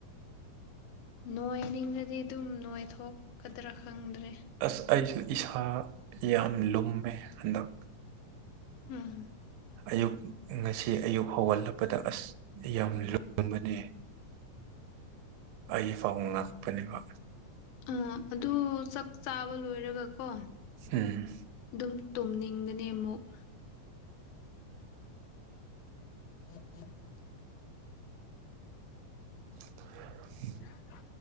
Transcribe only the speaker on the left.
ꯅꯣꯏꯅꯤꯡꯉꯗꯤ ꯑꯗꯨꯝ ꯅꯣꯏ ꯊꯣꯛꯀꯗ꯭ꯔꯥ ꯈꯪꯗ꯭ꯔꯦ
ꯎꯝ
<unintelligible>
ꯑ ꯑꯗꯨ ꯆꯥꯛ ꯆꯥꯕ ꯂꯣꯏꯔꯒꯀꯣ
ꯑꯗꯨꯝ ꯇꯨꯝꯅꯤꯡꯒꯅꯤ ꯑꯃꯨꯛ <unintelligible>
<unintelligible>